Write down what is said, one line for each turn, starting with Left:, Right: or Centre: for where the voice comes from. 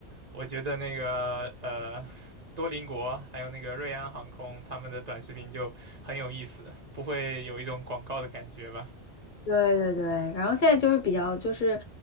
Right: 我觉得那个呃多邻国还有那个瑞安航空，他们的短视频就很有意思，不会有一种广告的感觉吧？
Left: 对对对，然后现在就是比较就是